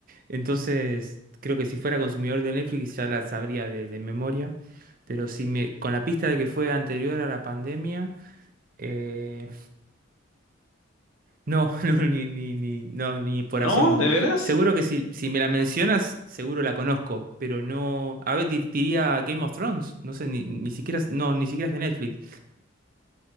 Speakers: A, on the right (about 45°); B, on the left (about 80°).
A: entonces creo que si fuera consumidor de Netflix ya la sabría de, de memoria, pero si me, con la pista de que fue anterior a la pandemia, eh, no, <laughs> no, ni, ni, ni, no, ni por
B: ¿No?
A: asomo.
B: ¿De veras?
A: Seguro que si, si me la mencionas, seguro la conozco, pero no... A ver, di- diría Game of Thrones, no sé, ni, ni siquiera, es- no, ni siquiera es de Netflix.